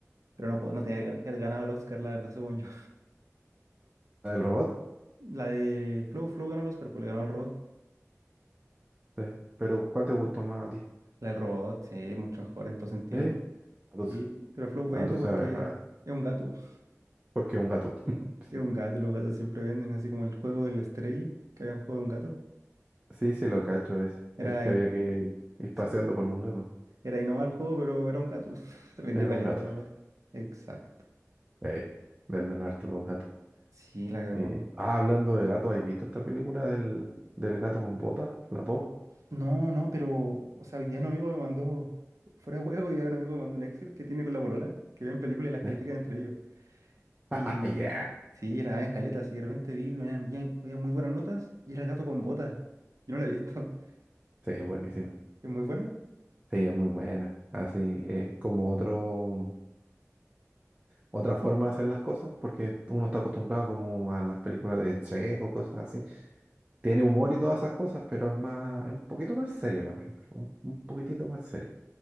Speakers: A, on the right; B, on the right.
A: pero no, po- no tenía que gan- que haber ganado el Oscar, la verdad, según yo.
B: ¿La del robot?
A: <laughs> La de Flow, Flow ganó el Oscar, pues le ganó al Robot.
B: Sí. Pero, ¿cuál te gustó más a ti?
A: La del Robot, sí, es mucho mejor en todo sentido.
B: Sí. Entonces,
A: Sí, pero Flow vende
B: ah, entonces
A: porque
B: a ver, ah,
A: es un gato. <laughs>
B: porque es un gato. <laughs>
A: Es un gato, los gatos siempre venden, así como el juego del Stray, que había un juego de un gato.
B: Sí, sí, sí, lo cacho ese.
A: Era
B: El que
A: ahí,
B: había que ir paseando
A: sí,
B: con un gato.
A: era ahí nomás el juego, pero era un gato. <laughs> Se vendió
B: Era
A: caleta
B: un gato.
A: la wea. Exacto.
B: Sí. Venden harto los gatos.
A: Sí, la cagó.
B: Eh, ah, hablando de gatos, ¿has visto esta película del, del gato con botas? La dos.
A: No, no, pero, o sea, hoy día un amigo me mandó, fuera de huevo, hoy día un amigo me mandó un Excel que tiene con la polola, que ven películas y las
B: Ya.
A: califican entre ellos.
B: <laughs>
A: Y
B: Ya.
A: sí, era en caleta, sí, de repente vi, una- ya- había muy buenas notas y era el gato con botas. Yo no la he visto. <laughs>
B: Sí, es buenísima.
A: ¿Es muy buena?
B: Sí, es muy buena. Así, eh, como otro, otra forma de hacer las cosas, porque uno está acostumbrado como a las películas de Shrek o cosas así. Tiene humor y todas esas cosas, pero es más, es un poquito más seria la película, un, un poquitito más seria.